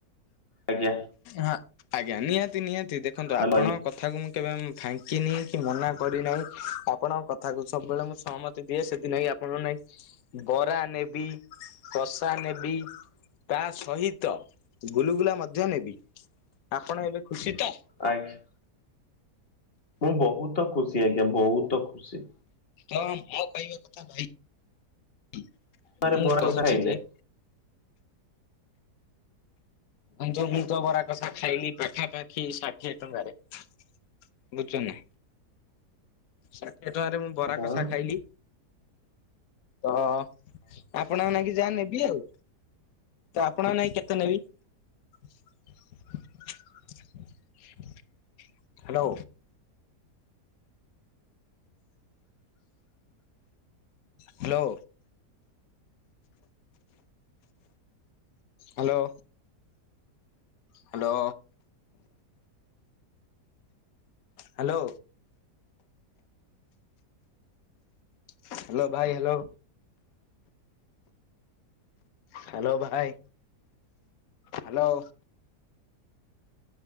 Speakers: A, on the left (about 35°); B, on the left (about 60°).
A: ଆଜ୍ଞା
B: ହଁ ଆଜ୍ଞା ନିହାତି ନିହାତି ଦେଖନ୍ତୁ
A: ହାଲୋ
B: ଆପଣ
A: ଆଜ୍ଞା
B: କଥାକୁ ମୁଁ କେବେ ଫାଙ୍କିନି କି ମନା କରିନାହିଁ ଆପଣଙ୍କ କଥାକୁ ସବୁବେଳେ ମୁଁ ସହମତୀ ଦିଏ ସେଥି ନେଇ ଆପଣଙ୍କ ନାଗି ବରା ନେବି କଷା ନେବି। ତା ସହିତ ଗୁଲୁଗୁଲା ମଧ୍ୟ ନେବି, ଆପଣ ଏବେ ଖୁସି ତ?
A: ହୁଁ। ମୁଁ ବହୁତ ଖୁସି ଆଜ୍ଞା ବହୁତ ଖୁସି।
B: ତ ମୋ କହିବା କଥା ଭାଇ
A: ଥରେ
B: ମୁଁ
A: ବରା
B: କହୁଛି
A: କଷା ଖାଇଲେ
B: ଯେ <unintelligible> ମୁ ତ ବରା କଷା ଖାଇଲି ପାଖାପାଖି ଷାଠିଏ ଟଙ୍କାରେ। <unintelligible> ଷାଠିଏ ଟଙ୍କାରେ ମୁଁ ବରା
A: ହଁ
B: କଷା
A: ହଁ।
B: ଖାଇଲି, ତ ଆପଣଙ୍କ ନାଇକି ଯାହା ନେବି ଆଉ, ତ ଆପଣଙ୍କ ନାଇକି କେତେ ନେବି? <inaudible> Hello hello hello hello. Hello. Hello. Hello ଭାଇ ହାଲୋ